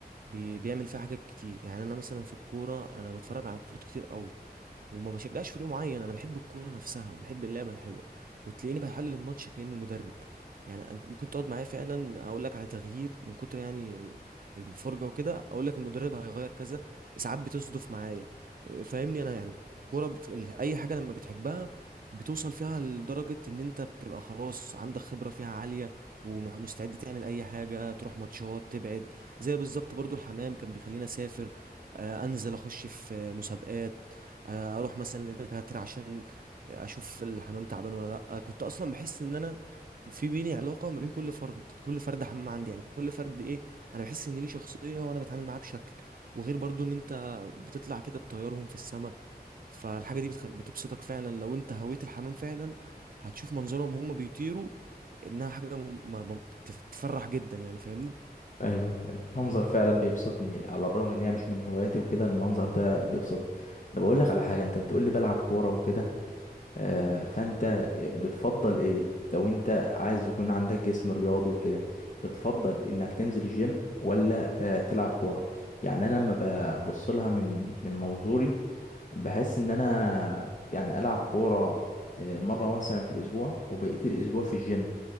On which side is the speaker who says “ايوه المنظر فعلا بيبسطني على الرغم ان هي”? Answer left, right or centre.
Left